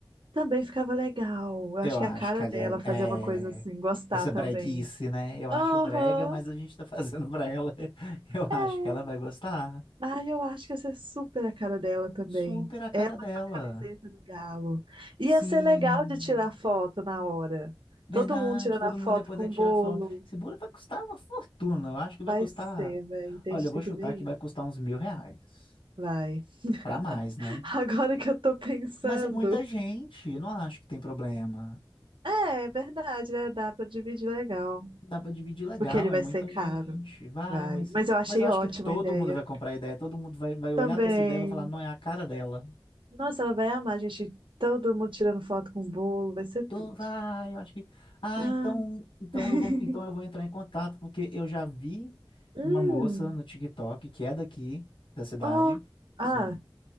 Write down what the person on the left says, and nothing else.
Eu acho
que ali
é,
é
essa
breguice, né? Eu
acho brega, mas a gente tá fazendo pra ela. <laughs> Eu acho
que ela vai gostar.
Super a cara dela.
Sim,
verdade,
todo
mundo
ia poder
tirar
foto. Esse bolo vai custar uma fortuna. Eu acho que vai
custar.
Olha,
eu
vou
chutar
que vai
custar uns mil reais.
Pra mais, né?
Mas é muita gente, eu não acho que tem problema.
Dá para dividir legal,
é muita
gente. Vai,
mas,
mas eu acho
que todo
mundo vai comprar a ideia, todo mundo vai, vai olhar
para essa ideia e vai falar, não, é a cara dela.
Tô, vai, eu acho que. Ah,
então, então
eu vou, então eu vou entrar em contato, porque eu já vi
uma moça no TikTok que é daqui da cidade.
Sim.